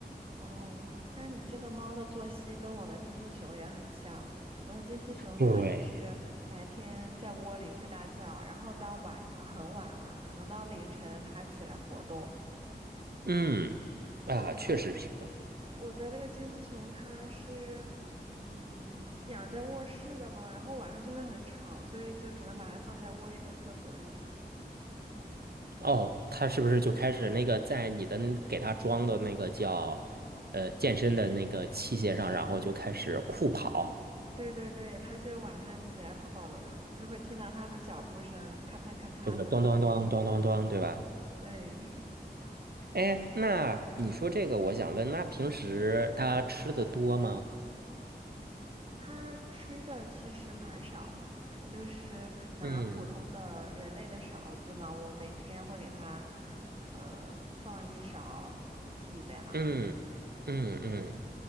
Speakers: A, on the right; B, on the right.
A: 哦，那你这个猫的作息跟我的金丝熊也很像。我的金丝熊它也是白天在窝里睡大觉，
B: 对。
A: 然后到晚上很晚了，可能到凌晨它起来活动。
B: 嗯，
A: 对，
B: 啊，确实平衡
A: 然后我的那个金丝熊它是，嗯，养在卧室的嘛，然后晚上就会很吵，所以就只能把它放在卧室的厕所里面。
B: 哦，他是不是就开始那个在你的那给他装的那个叫呃健身的那个器械上，然后就开始酷跑，
A: 对对对，它就晚上起来跑跑轮，就会听到它的脚步声，咔嚓咔嚓的。
B: 就是咚咚咚咚咚咚，对吧？
A: 对。
B: 哎，那你说这个，我想问，那平时他吃的多吗？
A: 它吃的其实蛮少的，就是拿普通的人类的勺子嘛，
B: 嗯
A: 我每天会给它呃放一勺鼠粮。
B: 嗯嗯嗯，